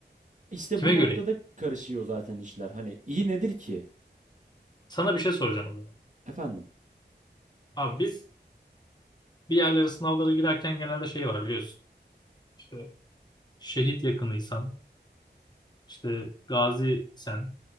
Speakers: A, on the right (about 45°); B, on the left (about 25°).
A: işte
B: Kime
A: bu noktada
B: göre? iyi?
A: karışıyor zaten işler. Hani iyi nedir ki?
B: Sana bir şey soracağım o zaman.
A: Efendim.
B: Abi biz bir yerlere sınavlara girerken genelde şey var biliyorsun. İşte şehit yakınıysan İşte gaziysen,